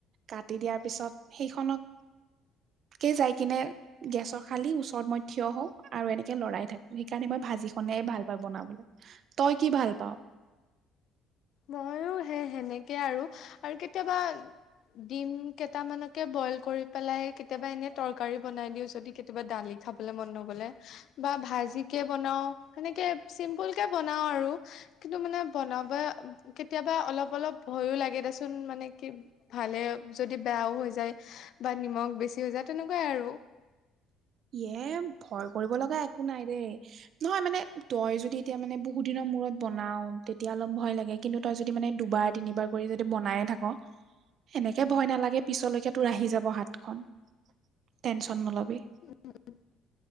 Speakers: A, on the right (about 50°); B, on the left (about 55°).
A: কাটি দিয়াৰ পিছত সেইখনক। কে যাই কিনে গেছৰ খালি ওচৰত মই থিয় হওঁ আৰু এনে লৰাই থাকো, সেইকাৰণে মই ভাজি খনে ভাল পাওঁ বনাবলৈ। তই কি ভাল পাওঁ।
B: মইয়ো সেই সেনেকে আৰু আৰু কেতিয়াবা ডিম কেইটামানকে বইল কৰি পেলাই কেতিয়াবা এনে তৰকাৰী বনাই দিওঁ যদি। কিবা দালি খাবলে মন নগ'লেও বা ভাজিকে বনাওঁ। সেনেকৈ চিম্পুলকৈ বনাওঁ আৰু কিন্তু মানে বনাব কেতিয়াবা অলপ অলপ ভয়ো লাগে দেচোন মানে কি ভালে যদি বেয়াও হৈ যায়। বা নিমখ বেছি হৈ যায়, তেনেকুৱাই আৰু
A: এয়ে ভয় কৰিব লগা একো নাই দেই। নহয় মানে তই যদি এতিয়া মানে বহুত দিনৰ মূৰত বনাওঁ, তেতিয়া অলপ ভয় লাগে, কিন্তু তই যদি মানে দুবাৰ তিনিবাৰ কৰি যদি বনায়ে থাক। এনেকে ভয় নালাগে, পিছলৈকে তোৰ আহি যাব হাতখনন টেনচন নলবি।
B: উম, উম,